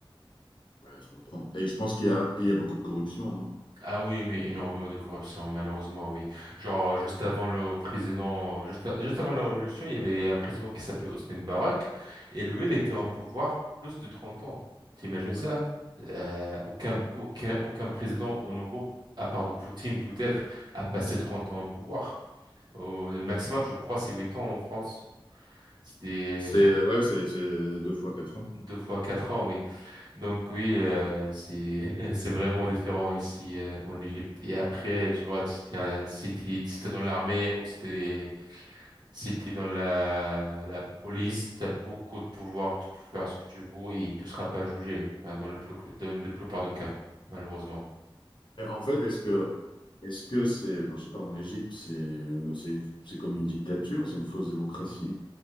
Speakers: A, on the left (about 60°); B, on the right (about 50°).
A: Ouais, je comprends. Et je pense qu'il y a, il y a beaucoup de corruption, non?
B: Ah oui, oui, énormément de corruption, malheureusement, oui. Genre, euh, juste avant le président, juste, juste avant la révolution, il y avait un président qui s'appelait Hosni Moubarak, et lui,
A: Oui,
B: il était en pouvoir plus de 30 ans. T'imagines ça?
A: oui.
B: Euh, aucun, aucun, aucun président en Europe, à part de Poutine peut-être, a passé 30 ans en pouvoir. Au- le maximum, je crois, c'est 8 ans en France. C'était
A: C'est euh, ouais, c'est c'est deux fois quatre ans.
B: Deux fois quatre ans, oui. Donc oui, euh, c'est <laughs> c'est vraiment différent ici euh, en Égypte. Et après, tu vois, si t'es un- si t'es- si t'es dans l'armée ou si t'es si t'es dans la la police, t'as beaucoup de pouvoir, tu peux faire ce que tu veux et tu seras pas jugé. Enfin, dans le plus dans la plupart des cas, malheureusement.
A: Et en fait, est-ce que est-ce que c'est, ben, je sais pas, en Égypte, c'est euh, c'est une- c'est comme une dictature, c'est une fausse démocratie